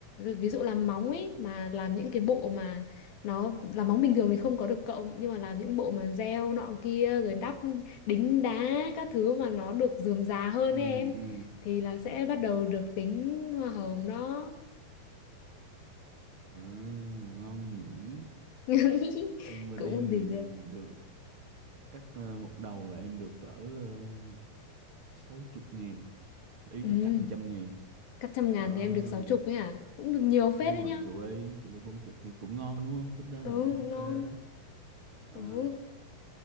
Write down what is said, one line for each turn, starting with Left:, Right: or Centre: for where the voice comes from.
Left: ví dụ làm móng ấy mà làm những cái bộ mà nó làm móng bình thường thì không có được cộng nhưng mà làm những bộ mà gieo nọ kia rồi đắp đính đá các thứ mà nó được rườm rà hơn
Right: ừ
Left: ấy em
Right: ừ
Left: thì là sẽ bắt đầu được tính hoa hồng đó
Right: à, ngon nhỉ
Left: <laughs>
Right: em bên
Left: cũng
Right: em
Left: được
Right: thì được cắt ờ, một đầu là em được cỡ ờ, sáu chục ngàn ý
Left: ừ,
Right: là cắt trăm ngàn
Left: cắt trăm ngàn
Right: đó
Left: thì em được sáu chục ấy hả cũng được nhiều phết
Right: đúng rồi
Left: đấy nhá
Right: chịu ly chịu ly bốn chục thì cũng ngon đúng không tính ra
Left: ừ
Right: là vẫn ok
Left: ngon
Right: đó Ờ,
Left: ừ